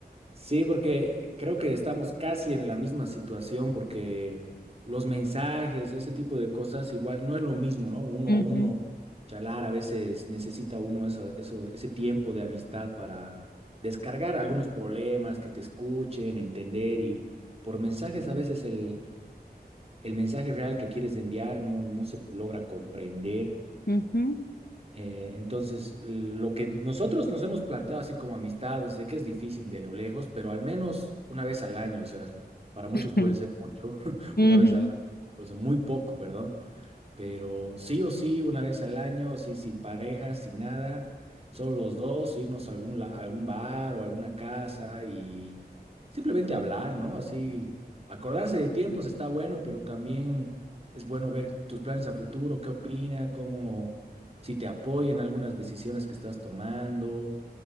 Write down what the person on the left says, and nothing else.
Ujú,
ujú,
<laughs>
ujú,